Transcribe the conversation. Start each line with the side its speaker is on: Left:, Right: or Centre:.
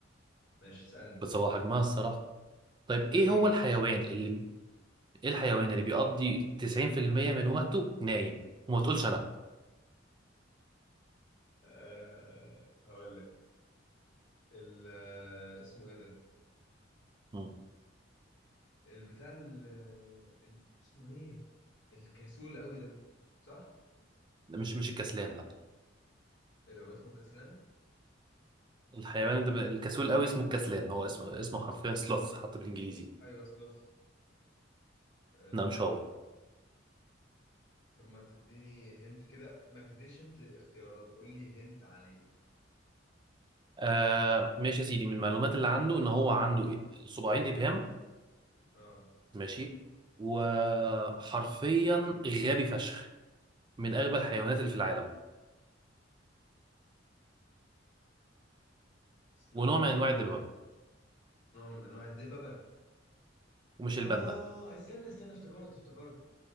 Left: ماشي اسألني
Right: بس هو حجمها الصراحة طيب
Left: حجمها
Right: إيه
Left: كبير
Right: هو الحيوان
Left: <laughs>
Right: اللي بي... إيه الحيوان اللي بيقضي 90% من وقته نايم وما تقولش أنا
Left: آه هقول لك ال- آه، اسمه ايه ده؟
Right: مم.
Left: البتاع ال- آه، ال- اسمه ايه؟ الكسول قوي ده صح؟
Right: ده مش مش الكسلان لا
Left: ايه ده هو اسمه الكسلان
Right: الحيوان ده ب- الكسول قوي اسمه الكسلان هو اسمه اسمه حرفيا سلوث حتى بالانجليزي
Left: ايوه سلوث آه...
Right: لا مش هو
Left: طب ما تديني هنت كده ما تديش هنت اختيارات قول لي هنت عليه
Right: آه ماشي يا سيدي من المعلومات اللي عنده ان هو عنده إيه- صباعين ابهام
Left: اه
Right: ماشي وحرفيا غبي فشخ من اغبى الحيوانات اللي في العالم
Left: سلو...
Right: ونوع
Left: أم،
Right: من انواع الدببه
Left: نوع من انواع الدببة
Right: ومش
Left: اه
Right: الباندا
Left: استنى استنى افتكرت افتكرت